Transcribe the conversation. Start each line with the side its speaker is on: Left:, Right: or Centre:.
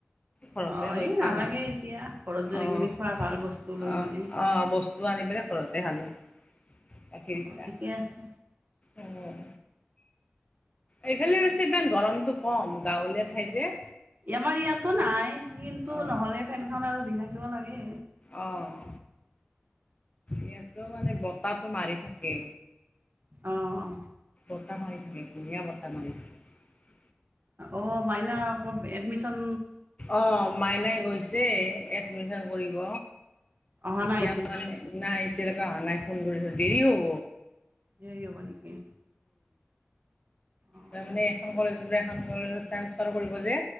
Left: ঘৰতে
Right: অ
Left: গৈ
Right: এই
Left: খাম
Right: নালাগে
Left: আৰু
Right: এতিয়া ঘৰত যাই
Left: অঁ
Right: কিনি খোৱা ভাল বস্তু লৈ
Left: অ
Right: কিনে
Left: অঁ বস্তু আনি পেলাই ঘৰতে খালোঁ। গাখীৰ
Right: অ
Left: চাহ
Right: ঠিকে আছে।
Left: অঁ এইফালে ছে ইমান গৰমটো কম গাঁৱলীয়া ঠাই যে,
Right: আমাৰ ইয়াতো নাই কিন্তু
Left: অঁ
Right: নহলে ফেনখন আৰু দি থাকিব লাগে।
Left: অঁ। ইয়াটো মানে বতাহটো মাৰি থাকে।
Right: অঁ
Left: বতা মাৰি থাকে ধুনীয়া বতা মাৰি থাকে।
Right: অ মাইনা অক এডমিশন
Left: অঁ মাইনাই গৈছে এডমিচন কৰিব।
Right: অহা
Left: এতিয়া
Right: নাই
Left: মানে নাই এতিয়ালৈকে অহা নাই ফোন কৰিছো, দেৰি হ'ব।
Right: দেৰি হব নেকি? অ
Left: তাৰ মানে এখন কলেজৰ পৰা এখন কলেজত ট্ৰানঞ্চপাৰ কৰিব যে,